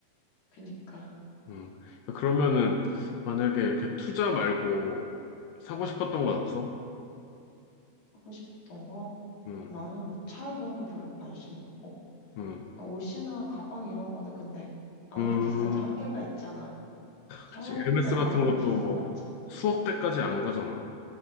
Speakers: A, on the left (about 55°); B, on the left (about 75°).
A: 그니까,
B: 음. 그러면은 만약에 이렇게 투자 말고 사고
A: 러
B: 싶었던
A: 응.
B: 건 없어?
A: 하고 싶었던 거.
B: 음,
A: 나는 뭐 차 이런 건 별로 관심 없고
B: 음,
A: 그러니까 옷이나 가방 이런 거는 근데 아무리
B: 음,
A: 비싸도 한계가 있잖아. 샤넬백
B: 그치. 에르메스 같은
A: 아무리
B: 것도
A: 비싸봤자
B: 뭐 수억 대까지 안 가잖아.